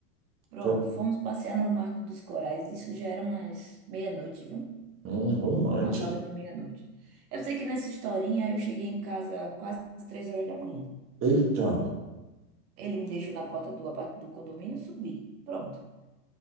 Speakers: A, on the right (about 65°); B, on the right (about 25°).
A: Pronto,
B: Foi-
A: fomos passear no Marco dos Corais. Isso já era umas meia-noite, viu?
B: Hum, romântico.
A: Passava de meia-noite. Eu sei que nessa historinha eu cheguei em casa quase às três horas da manhã.
B: Eita.
A: Ele me deixou na porta do apart- do condomínio e subi. Pronto.